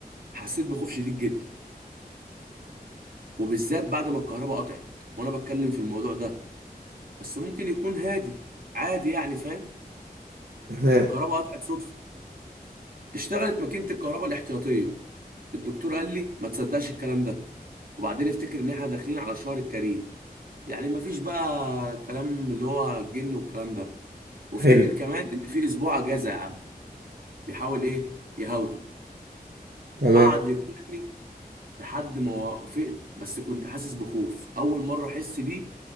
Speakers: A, on the right (about 65°); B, on the right (about 80°).
A: حسيت بخوف شديد جدا وبالذات بعد ما الكهرباء قطعت وانا بتكلم في الموضوع ده بس ممكن يكون هادي عادي يعني فاهم
B: تمام
A: الكهرباء قطعت صدفة اشتغلت ماكينة الكهرباء الاحتياطية الدكتور قال لي ما تصدقش الكلام ده وبعدين افتكر ان احنا داخلين على الشهر الكريم يعني مفيش بقى كلام اللي هو الجن والكلام ده وافتكر
B: حلو
A: كمان ان في اسبوع اجازة يا عم بيحاول ايه يهاوده
B: تمام
A: قعد يقنعني لحد ما وافقت بس كنت حاسس بخوف اول مره احس بيه